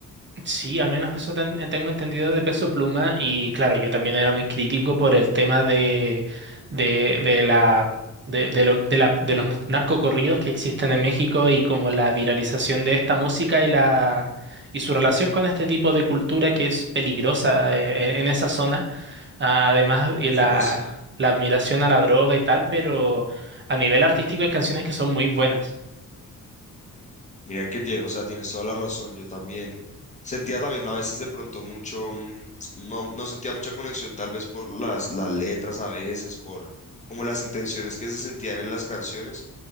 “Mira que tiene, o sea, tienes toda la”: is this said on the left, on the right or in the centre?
Left